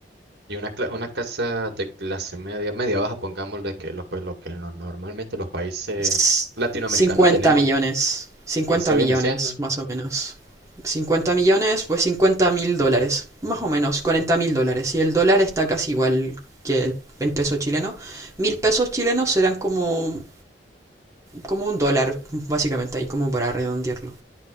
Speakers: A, on the right; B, on the right.
A: y una, cla- una casa de clase media, media baja, pongámosle que lo, pues, lo que no- normalmente los países
B: S-
A: latinoamericanos
B: 50
A: tenemos
B: millones. cincuenta
A: y eso
B: millones,
A: viene siendo
B: más o menos. cincuenta millones, pues 50 mil dólares. Más o menos, 40 mil dólares. Y el dólar está casi igual que el, el peso chileno. Mil pesos chilenos serán como, como un dólar, básicamente, ahí como para redondearlo.